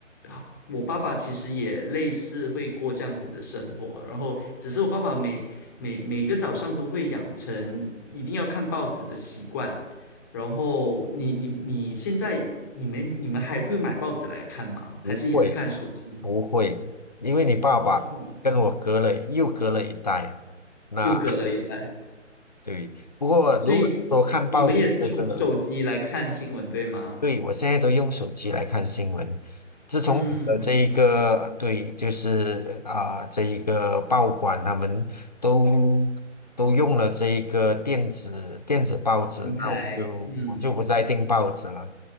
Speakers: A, on the left (about 15°); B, on the left (about 35°).
A: 好我爸爸其实也类似会过这样子的生活，然后只是我爸爸每每每个早上都会养成一定要看报纸的习惯。然后你你你现在你们你们还会买报纸来看吗？
B: 不会，
A: 还是也是看手机？
B: 不会，因为你爸爸跟我隔了又隔了一代。
A: 哦，
B: 那
A: 又隔了一代，
B: 对，不过如果说看报纸这个。
A: 所以你们也是从手机来看新闻，对吗？
B: 对，我现在都用手机来看新闻。自从有了这一个，
A: 嗯，
B: 对，就是啊、这一个报馆他们都都用了这一个电子电子报纸，
A: 明白。
B: 那我就我就不再订报纸了
A: 嗯